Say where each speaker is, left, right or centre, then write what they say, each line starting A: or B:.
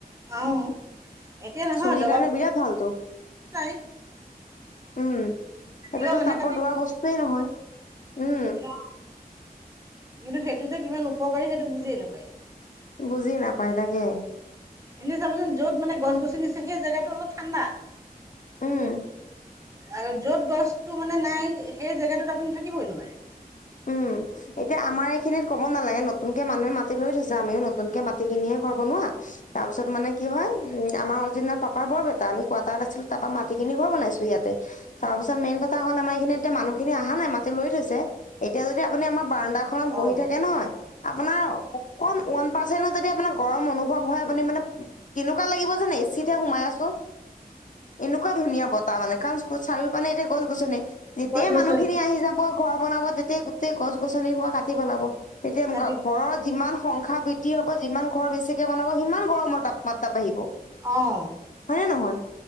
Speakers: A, on the right; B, on the left.
A: আহ এতিয়া নহয়
B: চুলিৰ
A: জবাব
B: কাৰণে বিৰাট ভালতো
A: নাই
B: উম সেইটোতো
A: কাটিলেও মানুহে
B: তাপত ৰুৱা বস্তুয়েই নহয় উম
A: অ কিন্তু সেইটো যে কিমান উপকাৰী সেইটো বুজিয়ে নাপায়
B: বুজি নাপাই তাকে
A: এনেই চাবচোন যত মানে গছ গছনি আছে সেই জেগাটো অলপ ঠাণ্ডা
B: উম
A: আৰু য'ত গছতটো মানে নাই সেই জেগাটোত আপুনি থাকিবই নোৱাৰে
B: উম এতিয়া আমাৰ এইখিনিত ক'ব নালাগে নতুনকে মানুহে মাটি লৈ থৈছে আমিও নতুনকে মাটি কিনিহে ঘৰ বনোৱা তাৰ পিছত মানে কি হয় উম আমাৰ অৰ্জিনৰ পাপাৰ বৰ বেটা আমি কোৱাৰটাৰত আছিলো তাৰ পৰা মাটি খিনি ঘৰ বনাইছো ইয়াতে তাৰ পিছত মেইন কথা হ'ল আমাৰ এইখিনি এতিয়া মানুহখিনি অহা নাই মাতি লৈ থৈছে এতিয়া যদি আপুনি আমাৰ বাৰাণ্ডাখনত
A: অ',
B: বহি থাকে নহয়। আপোনাৰ অকন ওৱান মাৰ্চেন্ট যদি আপোনাৰ গৰম অনুভৱ হয় আপুনি মানে কেনেকোৱা লাগিব যানে। এ চিতহে সোমাই আছোঁ এনেকোৱা ধুনীয়া বতাহ মানে কাৰণ চাৰিও পিনে এতিয়া গছ গছনি যেতিয়াই
A: গছ গছনি
B: মানুহখিনি আহি যাব ঘৰ বনাব তেতিয়াই গোটেই গছ গছনি বোৰ কাটি পেলাব তেতিয়া ম
A: কাটি
B: ঘৰৰ যিমান সংখ্যা বৃদ্ধি হব যিমান ঘৰ বেছিকে বনাব সিমান গৰমৰ তাপ মাতা বাঢ়িব
A: অ',
B: হয় নে নহয়